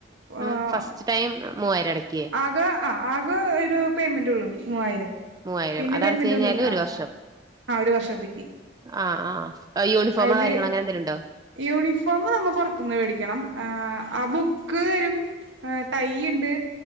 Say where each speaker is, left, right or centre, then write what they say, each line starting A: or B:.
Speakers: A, on the right (about 20°); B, on the right (about 85°).
A: ഉം
B: ആഹ്
A: ഫസ്റ്റ് ടൈം ഉം മൂവായി എടക്യേ
B: ആകെ ആഹ് ആകെ ഒരു പേയ്‌മെന്റ് ഉള്ളു മുവ്വായിരം
A: മൂവായിരം
B: പിന്നെ
A: അത്
B: പേയ്‌മെന്റ്
A: അടച്ച് കഴിഞ്ഞാല്
B: ഒന്നുല്ല
A: ഒരു
B: ആഹ്.
A: വർഷം
B: ആ ഒരു വർഷത്ക്ക്‌.
A: ആഹ് ആഹ് യൂണിഫോമോ
B: അയില്
A: കാര്യങ്ങളോ അങ്ങനെ എന്തെലും ഉണ്ടോ
B: യൂണിഫോമ് നമ്മ പുറത്ത്ന്ന് വേടിക്കണം. ആഹ്. ആബുക്ക്‌ ആഹ് ടൈ ഇണ്ട്